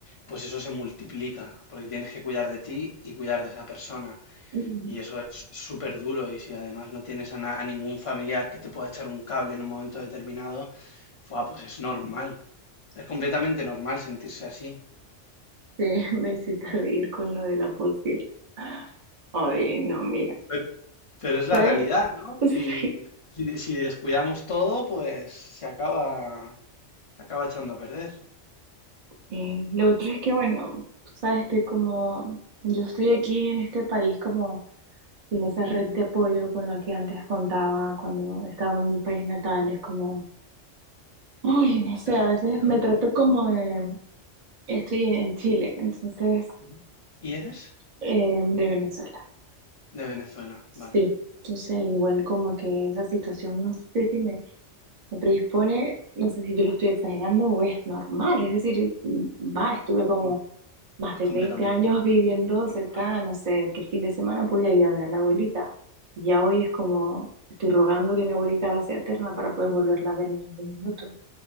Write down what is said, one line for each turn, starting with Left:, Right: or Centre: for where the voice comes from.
Left: pues eso se multiplica, porque tienes que cuidar de ti y cuidar de esa persona.
Right: mm.
Left: Y eso es súper duro. Y si además no tienes a, na- a ningún familiar que te pueda echar un cable en un momento determinado, fua, pues es normal. Es completamente normal sentirse así.
Right: Sí, <laughs> me hiciste reír con lo de la posible. Ay, no, mira,
Left: Pero, pero es la
Right: ¿sabes?
Left: realidad, ¿no?
Right: <laughs>
Left: Si,
Right: Sí.
Left: si, si descuidamos todo, pues se acaba. Se acaba echando a perder.
Right: Eh, lo otro es que, bueno, tú sabes que como yo estoy aquí en este país como sin esa red de apoyo con la que antes contaba cuando estaba en mi país natal, es como, uy, no sé,
Left: ¿De dónde,
Right: a veces
Left: de dónde
Right: me trato
Left: eres?
Right: como de, estoy en Chile, entonces,
Left: Ujú. ¿Y eres?
Right: eh, de Venezuela.
Left: De Venezuela,
Right: Sí,
Left: vale.
Right: entonces igual como que esa situación, no sé si me... me predispone, no sé si yo lo estoy exagerando o es normal, es decir, va, estuve
Left: Es,
Right: como
Left: com-
Right: más
Left: es
Right: de
Left: completamente
Right: 20 años
Left: no-
Right: <laughs> viviendo
Left: normal,
Right: cerca, no sé, que el fin de semana podía ir a ver a la abuelita. Ya hoy es como, estoy rogando que mi abuelita sea eterna para poder volverla a ver en algún minuto.